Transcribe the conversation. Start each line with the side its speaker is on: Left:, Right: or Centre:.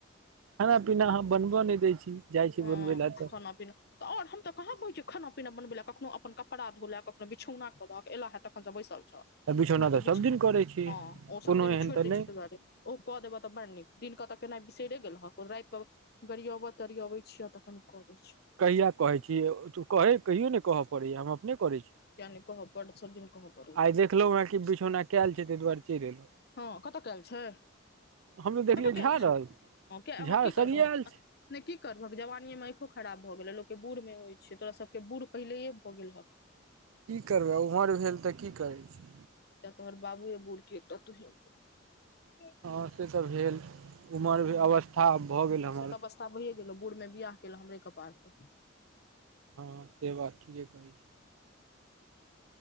Right: खाना पीना अहाँ बनबअ नहि दै छी जाइ छी
Left: हँ
Right: बनबै लऽ तऽ
Left: <inaudible> तऽ आओर हम तऽ कहाँ कहै छी खाना पीना बनबे ल कखनो अपन कपड़ा धोए लऽ कखनो बिछौना कऽ द एला हे तखन से बैसल छह
Right: बिछौना
Left: एना कऽ
Right: तऽ
Left: बिछा
Right: सभ दिन करै छी
Left: हँ ओ सभ
Right: कोनो
Left: दिन छोड़ि
Right: एहन तऽ
Left: दै छियै
Right: नहि
Left: ताहि दुआरे ओ कऽ देबह तऽ बड़ नीक दिननक तऽ केना बिसरे गेलह राति कऽ गरियबह तरियबैह छियह तखैन कऽ दै छह
Right: कहिया कहैत छी तू कहै कहियो नहि कहऽ पड़ै या हम अपने करै छी
Left: जाले कहब बड दिन कहब
Right: आइ देखलहु हे कि बिछौना कयल छै ताहि दुआरे चलि एलहुँ
Left: हँ कतय कयल छै
Right: हम तऽ देखलियै
Left: कतय
Right: झाड़ल
Left: कयल छै हँ किया
Right: झाड़
Left: अहाँ की
Right: सरिये
Left: करबह
Right: आयल
Left: नहि
Right: छै
Left: की करबहक जवानीे मे आँखों खराब भऽ गेलह लोकके बूढ़ मे होइ छै तोरा सबके बूढ़ पहिलेये भऽ गेलहक
Right: की करबै ओम्हर भेल तऽ की करै छी
Left: एकटा तोहर बाबुए बड़ की एकटा तुहे बुढ़
Right: हँ से तऽ भेल उमर भे अवस्था भऽ गेल
Left: हँ
Right: हमर
Left: से तऽ अवस्था भइए गेल बूढ़ मे बियाह केलहु हमरे कपार पर
Right: हँ से बात ठीके कहै छी